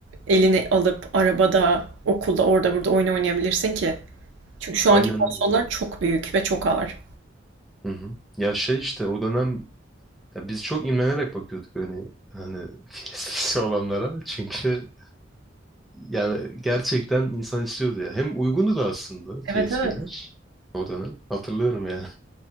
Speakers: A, on the right; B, in the centre.
A: elini alıp arabada, okulda, orada burada oyun oynayabilirsin ki? Çünkü şu
B: Aynen
A: anki konsollar
B: öyle.
A: çok büyük ve çok ağır.
B: Hı hı. Ya şey işte o dönem ya biz çok imrenerek bakıyorduk öyle hani <laughs> eskisi olanlara. Çünkü yani gerçekten insan istiyordu ya. Hem uygundu da aslında
A: Evet
B: PSP'ler
A: evet.
B: o dönem. Hatırlıyorum yani.